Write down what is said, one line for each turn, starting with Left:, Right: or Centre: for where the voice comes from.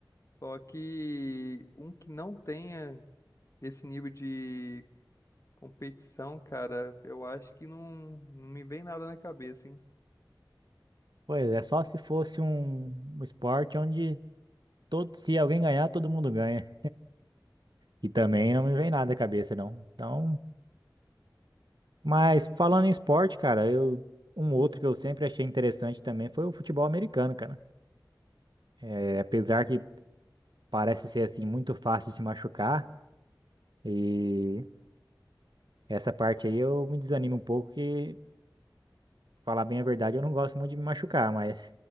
Left: Só que um que não tenha esse nível de competição, cara, eu acho que não, não me vem nada na cabeça, hein?
Right: Pois é, só se fosse um, um esporte onde todo, se alguém ganhar, todo mundo ganha. E também não me vem nada à cabeça, não. Então, mas falando em esporte, cara, eu, um outro que eu sempre achei interessante também foi o futebol americano, cara. É, apesar que parece ser assim muito fácil de se machucar e essa parte aí eu me desanimo um pouco que falar bem a verdade eu não gosto muito de me machucar, mas